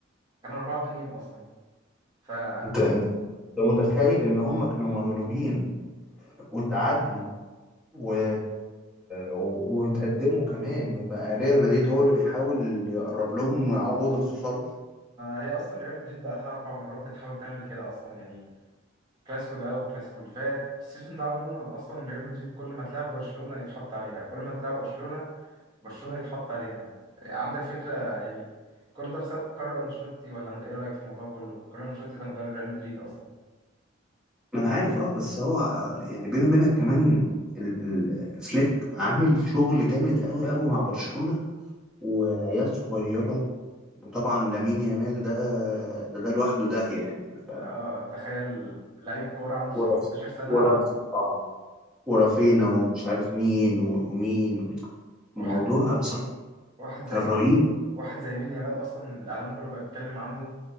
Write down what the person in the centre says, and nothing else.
أنت أنت أنت متخيل إن هم كانوا مغلوبين وتعادلوا و... و... وتقدموا كمان وبقى ريال مدريد هو اللي بيحاول يقرب لهم ويعوض الخسارة
ما أنا عارف أه بس هو آه، يعني بيني وبينك كمان ال... ال... فليك عامل شغل جامد أوي أوي مع برشلونة وعيال صغيرة وطبعا لامين يامال ده ده ده لوحده داهية يعني ف-
ورف
ورف آه، ورافينا ومش عارف مين و- ومين
الموضوع بصراحة
كان رهيب